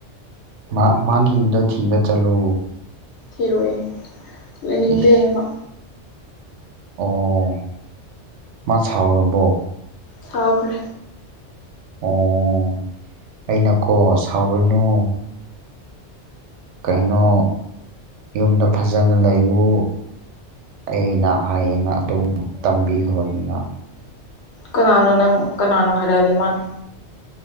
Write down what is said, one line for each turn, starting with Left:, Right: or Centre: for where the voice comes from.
Right: ꯃꯥꯡ ꯃꯥꯡꯈꯤꯕꯗꯣ ꯊꯤꯕ ꯆꯠꯂꯨ
Left: ꯊꯤꯔꯣꯏ ꯂꯩꯅꯤꯡꯗꯦ
Right: ꯏꯁ
Left: ꯑꯃ
Right: ꯑꯣ ꯃꯥ ꯁꯥꯎꯔꯕꯣ
Left: ꯁꯥꯎꯈ꯭ꯔꯦ
Right: ꯑꯣ ꯑꯩꯅꯀꯣ ꯁꯥꯎꯔꯅꯨ ꯀꯩꯅꯣ ꯌꯨꯝꯗ ꯐꯖꯅ ꯂꯩꯎ ꯑꯩꯅ ꯍꯌꯦꯅ ꯑꯗꯨꯝ ꯇꯝꯕꯤꯈ꯭ꯔꯣꯅꯤꯅ
Left: ꯀꯅꯥꯅꯣ ꯅꯪ ꯀꯅꯥꯅꯣ ꯍꯥꯏꯔꯛꯑꯗꯤ ꯃꯥꯅ